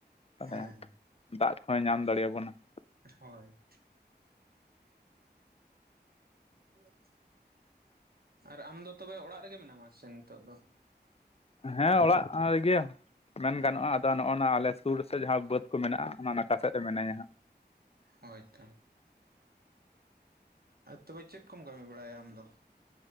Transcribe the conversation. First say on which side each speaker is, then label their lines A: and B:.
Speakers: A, on the left; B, on the right.
A: ᱛᱟᱦᱚᱞᱮ
B: ᱦᱮᱸ
A: ᱫᱟᱜ ᱠᱚᱦᱚᱸᱭ ᱧᱟᱢ ᱫᱟᱲᱮᱭᱟᱵᱚᱱᱟ ᱾
B: ᱦᱳᱭ <inaudible> ᱟᱨ ᱟᱢ ᱫᱚ ᱛᱚᱵᱮ ᱚᱲᱟᱜ ᱨᱮᱜᱮ ᱢᱮᱱᱟᱢᱟ ᱥᱮ ᱱᱤᱛᱚᱜ ᱫᱚ?
A: ᱦᱮᱸ ᱚᱲᱟᱜ ᱨᱮᱜᱮ᱾ ᱢᱮᱱ ᱜᱟᱱᱚᱜᱼᱟ ᱟᱫᱚ ᱱᱚᱜᱼᱚ ᱱᱚᱣᱟ ᱟᱞᱮ ᱥᱩᱨ ᱥᱮᱫ ᱡᱟᱦᱟᱸ ᱵᱟᱹᱫ ᱠᱚ ᱢᱮᱱᱟᱜᱼᱟ, ᱚᱱᱟ ᱱᱟᱠᱷᱟ ᱥᱮᱫ ᱨᱮ ᱢᱱᱟᱹᱧᱟ ᱦᱟᱸᱜ,
B: ᱦᱳᱭᱛᱚ ᱛᱚᱵᱮ ᱪᱮᱫ ᱠᱚᱢ ᱠᱟᱹᱢᱤ ᱵᱟᱲᱟᱭᱟ ᱟᱢ ᱫᱚ?